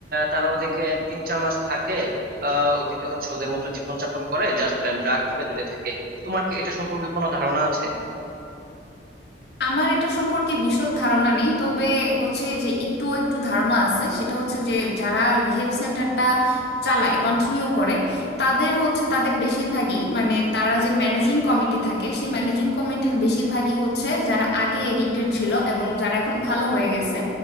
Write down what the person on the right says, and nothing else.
তারা ওদিকে তিন চার মাস থাকে আহ, ওদিকে হচ্ছে ওদের মতো জীবনযাপন করে জাস্ট ড্রাগ থেকে দূরে থাকে তোমার কি এটা সম্পর্কে কোনো ধারণা আছে